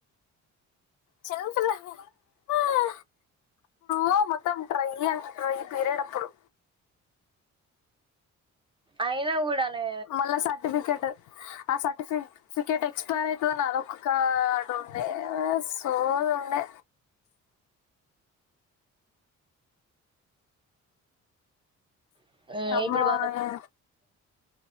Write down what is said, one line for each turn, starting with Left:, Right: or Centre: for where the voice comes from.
Left: చదువుతున్నానే హా మొత్తం ట్రై అంట ట్రై పీరియడ్ అప్పుడు
Right: అయినా కూడా నే
Left: మళ్ళా సర్టిఫికెట్ ఆ సర్టిఫటిఫికెట్ ఎక్స్పైర్ అవుతు నా అదొ కాటి ఉండే సో ఉండే
Right: మ్
Left: ఏమోనే
Right: ఇప్పుడు బాగా